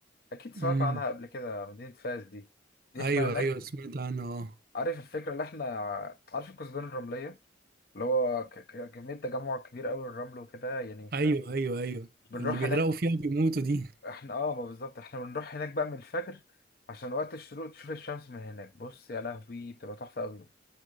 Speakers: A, on the left; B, on the right.
A: أكيد سمعت
B: امم
A: عنها قبل كده مدينة فاس دي دي
B: ايوه
A: احنا هناك
B: ايوه سمعت عنه اه
A: عارف الفكرة اللي احنا عارف الكثبان الرملية اللي هو ك- ك- كمية تجمع كبير أوي للرمل وكده يعني
B: ايوه ايوه ايوه
A: بنروح
B: اللي بيغرقوا
A: هناك
B: فيها بيموتوا دي
A: احنا اه ما بالظبط احنا بنروح هناك بقى من الفجر عشان وقت الشروق تشوف الشمس من هناك بص يا لهوي بتبقى تحفة قوي